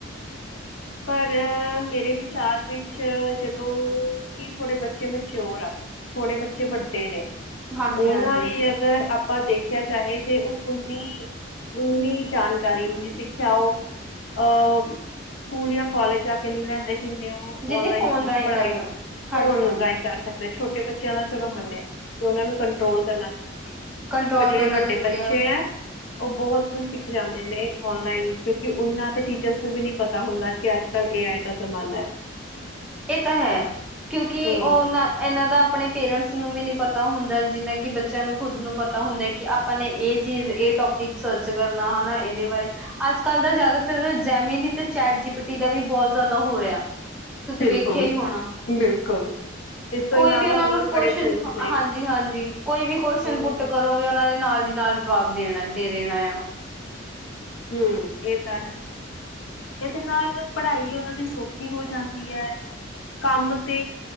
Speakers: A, on the left (about 70°); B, in the centre.
A: ਪਰ ਮੇਰੇ ਵਿਚਾਰ ਵਿੱਚ ਜਦੋਂ ਕਿ ਥੋੜੇ ਬੱਚੇ ਮੈਂਚਓਰ ਆ। ਥੋੜੇ ਬੱਚੇ ਵੱਡੇ ਨੇ
B: ਹਾਂਜੀ-ਹਾਂਜੀ।
A: ਉਹਨਾਂ ਲਈ ਅਗਰ ਆ ਪਰ ਦੇਖਿਆ ਜਾਏ ਤੇ, ਉਹ ਉਨੀ ਨੀ ਜਾਣਕਾਰੀ ਉਨੀ ਸਿੱਖਿਆ ਉਹ ਅਹ ਸਕੂਲ ਜਾਂ ਕਾਲਜ ਜਾ ਕੇ ਨਹੀਂ ਲੈਂਦੇ। ਜਿੰਨੇ ਉਹ
B: ਜਿੰਨੇ
A: ਔਨਲਾਈਨ
B: ਫੋਨ ਰਾਹੀਂ
A: ਪੜ੍ਹਾਈ
B: ਕਰ ਸਕ
A: ਫੋਨ
B: ਹਾਂਜੀ-ਹਾਂਜੀ
A: ਰਾਹੀਂ ਕਰ ਸਕਦੇ ਛੋਟੇ ਬੱਚਿਆਂ ਦਾ ਚਲੋ ਮੰਨਿਆ ਕਿ ਉਹਨਾਂ ਨੂੰ ਕੰਟਰੋਲ ਕਰਨਾ ਜਰੂਰੀ ਹੈ।
B: ਕੰਟਰੋਲ
A: ਪਰ ਜਿਹੜੇ
B: ਕਰਨਾ
A: ਵੱਡੇ
B: ਜ਼ਰੂਰੀ
A: ਬੱਚੇ ਹੈ ਉਹ ਬਹੁਤ ਸਿੱਖ ਜਾਂਦੇ ਨੇ ਆਨਲਾਈਨ ਕਿਉਂਕਿ ਉਹਨਾਂ ਦੇ ਟੀਚਰਸ ਨੂੰ ਵੀ ਨਹੀਂ ਪ ਪਤਾ ਹੁੰਦਾ ਕਿ ਅੱਜ ਕੱਲ੍ਹ ਏ ਆਈ ਦਾ ਜ਼ਮਾਨਾ।
B: ਇਹ ਤਾਂ ਹੈ ਕਿਉਂਕਿ
A: ਹਮ
B: ਉਹਨਾਂ ਇਨ੍ਹਾਂ ਦਾ ਆਪਣੇ ਪੇਰੈਂਟਸ ਨੂੰ ਵੀ ਨੀ ਪਤਾ ਹੁੰਦਾ ਜਿਨਾਂ ਕਿ ਬੱਚਿਆਂ ਨੂੰ ਖੁਦ ਨੂੰ ਪਤਾ ਹੁੰਦਾ, ਕਿ ਆਪਾਂ ਨੇ ਇਹ ਚੀਜ਼ ਇਹ ਟੋਪ ਇੱਕ ਸਰਚ ਕਰਨਾ ਹਨਾ ਇਹਦੇ ਬਾਰੇ ਅੱਜ ਕੱਲ ਦਾ ਜ਼ਿਆਦਾਤਰ ਜੈਮੀਨ ਤੇ ਚੈਟ ਜੀਪਟੀ ਦਾ ਵੀ ਬਹੁਤ ਜ਼ਿਆਦਾ ਹੋ ਰਿਹਾ ਤੁਸੀਂ
A: ਬਿਲਕੁਲ
B: ਵੇਖਿਆ ਹੀ ਹੋਣਾ।
A: ਬਿਲਕੁਲ ਇਸ ਤੋਂ
B: ਕੋਈ
A: ਇਲਾਵਾ
B: ਵੀ ਉਹਨਾਂ
A: ਹੋਰ
B: ਨੂੰ ਕੁਸ਼
A: ਬੜੇ ਟੂਲਸ ਨੇ
B: ਹਾਂਜੀ- ਹਾਂਜੀ ਕੋਈ ਵੀ ਕੁਸ਼ਚਨ
A: ਹੂੰ
B: ਪੁੱਟ ਕਰੋਗੇ ਉਹਨਾਂ ਨੇ ਨਾਲ ਨਾਲ ਜਵਾਬ ਦੇਣਾ ਦੇ ਦੇਣਾ ਆ।
A: ਹੂੰ ਇਹ ਤਾਂ ਹੈ। ਇਹਦੇ ਨਾਲ ਪੜ੍ਹਾਈ ਉਹਨਾਂ ਦੀ ਸੌਖੀ ਹੋ ਜਾਂਦੀ ਐ। ਕੰਮ ਤੇ